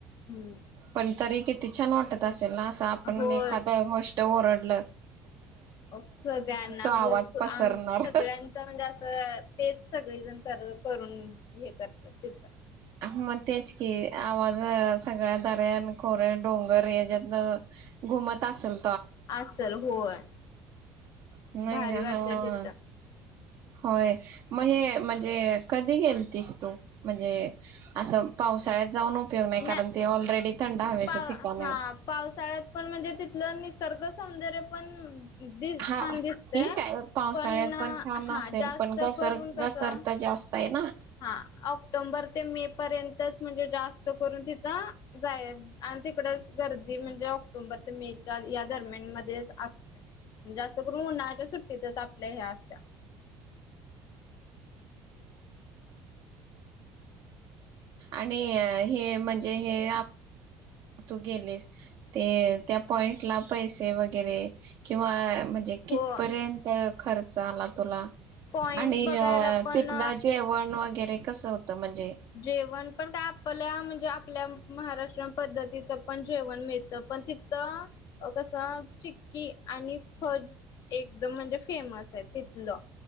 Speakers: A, on the left (about 60°); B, on the right (about 55°).
A: हम्म
B: पण तरी किती छान वाटत असेल ना असं आपण
A: होय
B: एखाद गोष्ट ओरडल
A: सगळ्यांना
B: आवाज
A: हो
B: पसरणार
A: आ सगळ्यांच म्हणजे असं- तेच सगळे जण कर करून हे करतात तिथं.
B: मग तेच की आवाज सगळ्या दऱ्यान, खोऱ्या, डोंगर याच्यातन घुमत असलं
A: असल होय.
B: नाही
A: भारी
B: का
A: वाटतेत
B: हा होय, मग हे म्हणजे कधी गेलतीस तू? म्हणजे असं पावसाळ्यात जाऊन उपयोग नाही
A: नाय
B: कारण ते ऑलरेडी थंड हवेचं
A: पा
B: ठिकाण
A: हा
B: आहे
A: पावसाळ्यात पण म्हणजे तिथलं निसर्गच सौंदर्य पण दि
B: हा
A: छान दिसतय.
B: ठीक आहे पावसाळ्यात
A: पण
B: छान
A: हा
B: असेल
A: जास्त
B: पण घसर
A: करून कसं
B: घसरत जास्त आहे ना
A: हा ऑक्टोबर ते मेपर्यंत च म्हणजे जास स्त करून तिथं जाय आणि तिकडच गर्दी म्हणजे ऑक्टोबर ते मेच्या या दरम्यान मध्येच असते. जास्त करून उन्हाळच्या सुट्टीतच आपल्या हे अशा
B: आणि हे म्हणजे हे आ तू गेलीस ते त्या पॉइंटला पैसे वगैरे किंवा म्हणजे कितपर्यंत
A: हो
B: खर्च आला तुला
A: पॉइंट
B: आणि
A: बघायला पण
B: तिथल जेवण वगैरे? ते कसं म्हणजे
A: जेवण पण काय आपल्या म्हणजे आप आपल्या महाराष्ट्र पद्धतीचं पण जेवण मिळतं, पण तिथं कसं चिक्की आणि फज एकदम म्हणजे फेमस आहे तिथलं,